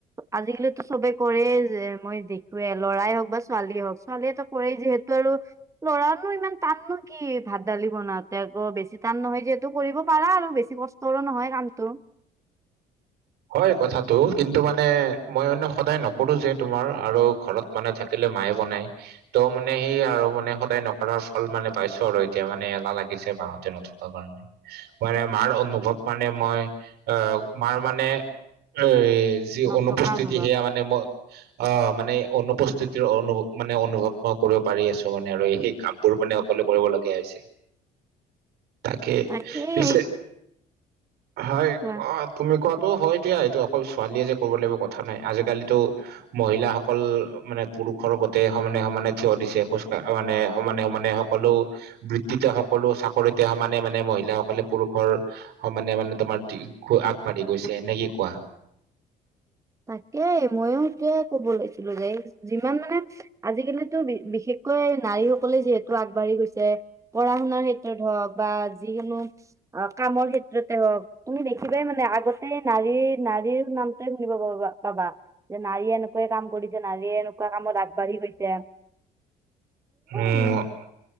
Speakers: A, on the right (about 20°); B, on the right (about 75°).
A: আজিকালিটো চবে কৰেই যে মই দেখোৱে লৰাই হওক বা ছোৱালীয়ে হওক ছোৱালীয়ে ত কৰেই যিহেত- তৰু ল'ৰানো ইমান টান ন কি ভাত দালি বনাওঁতে আকৌ বেছি টান নহয় যিহেতু কৰিব পাৰা আৰু। বেছি কষ্টৰো নহয় কামটো।
B: হয় কথাটো কিন্তু মানে মই মানে সদায় নকৰো যে তোমাৰ আৰু ঘৰত মানে থাকিলে মায়ে বনাই। ত মানে সেই আৰু মানে সদায় নকৰাৰ ফল মানে পাইছো আৰু এতিয়া মানে এলাহ লাগিছে মাহতে নথক- অ কাৰণে মানে মাৰ অনুভৱ মানে মই আহ মাৰ মানে এ যি
A: নথকা
B: অনুপস্থিতি
A: অনুভৱ
B: সেয়া মানে ম- অ মানে অনুপস্থিতিৰ অনুভৱ মানে অনুভৱ মই কৰিব পাৰি আছো। মানে আৰু সেই কামবোৰ মানে অকলে কৰিবলগীয়া হৈছে। তাকে
A: তাকেই
B: পিছে হয়
A: কোৱা
B: অ তুমি কোৱাটো হয় এতিয়া এইটো অকল ছোৱালীয়ে যে কৰিব লাগিব কথা নাই আজিকালিতো মহিলাসকল মানে পুৰুষৰ গতে সমানে সমানে থিয় দিছে খোজ কঢ়া মানে সমানে সমানে সকলো বৃত্তিতে সকলো চাকৰিতে সমানে মানে মহিলাসকলে পুৰুষৰ অ মানে মানে তোমাৰ আগবাঢ়ি গৈছে নে কি কোৱা?
A: তাকে ময়ো সেটোৱে ক'ব লৈছিলো যে যিমান মানে আজিকালিতো বিশেষকৈ নাৰীসকলে যিহেতু আগবাঢ়ি গৈছে। পঢ়া শুনাৰ ক্ষেত্ৰত হওক বা যিকোনো অ কামৰ ক্ষেত্ৰতে হওক তুমি দেখিবাই মানে আগতে নাৰীৰ নাৰীৰ নামটোৱে কিনো কবা, পাবা, যে নাৰীয়ে এনেকুৱে কাম কৰিছে, নাৰীয়ে এনেকুৱা কামত আগবাঢ়ি গৈছে',
B: উম',
A: মানে